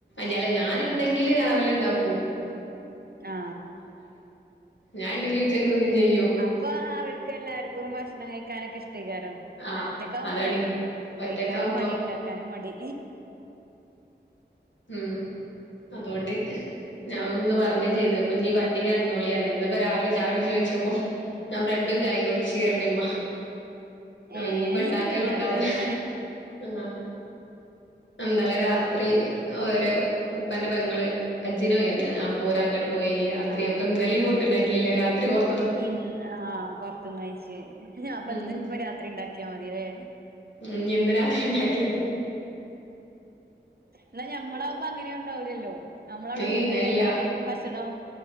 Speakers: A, on the left (about 80°); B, on the right (about 55°).
A: <unintelligible> ഞാന്ണ്ടെങ്കില്
B: ആഹ്
A: രാവിലെണ്ടാക്കും
B: ആ
A: ഞാൻ ഉണ്ടെങ്കി ഉച്ചക്ക് തിന്നും ചെയ്യും
B: അത് പ്പൊ അവര്ക്കെല്ലാർക്കും ഭക്ഷണം കഴിക്കാനൊക്കെ ഇഷ്ടെക്കാരം
A: ആഹ്
B: ഒറ്റക്കാവുമ്പളാണ്
A: അതാണ് ഒറ്റക്കാവുമ്പോ
B: കയ്ക്കാനും മടി ണ്ടാക്കാനും മടി
A: ഉം അതോണ്ട് ഞാ ഒന്ന് പർഞ്ഞും ചെയ്ത് ഇപ്പഞ്ഞി പട്ടിണി കെടന്നോളീ പർഞ് ഇന്ന്പ്പ രാവിലെ ചായുടിച്ചോ ചോയ്ച്ച ഞാൻ ബ്രഡും ചായേം കുട്ച്ച് പർഞ് മ്മ ഓ
B: ഏ
A: ഞ്ഞിപ്പ ണ്ടാക്കലും
B: ഇണ്ടാക്കാതെലേ
A: ണ്ടാവൂല ആ ഇന്നലെ രാത്രി ഓരെ ഉപ്പന്റെ പെങ്ങള് അജ്ജ്നോയ <unintelligible> അപ്പോരങ്ങട്ട്
B: ആ
A: പോയിനി രാത്രി
B: ആ
A: അപ്പൊ ഇന്നലേം ഫുട്ട്ണ്ടാക്കില്ല രാത്രി കൊർ
B: ഇന്ന് ആ പൊർത്ത്ന്നയ്ച്ച് അപ്പൊ
A: ഉം
B: ഇന്ന് ഞ്പ്പോ രാത്രി ണ്ടാക്കിയാ മതില്ലേ
A: ഉം ഞ്ഞി ഇന്ന് രാത്രി ണ്ടാക്ക്യാതി
B: ന്നാ ഞമ്മളാവുമ്പോ അങ്ങനേം ണ്ടാവൂല്ലല്ലോ നമ്മളവടെണ്ടെങ്കി
A: ഏയ് ഇല്ല
B: എല്ലാ നേരത്തും ഭക്ഷണവും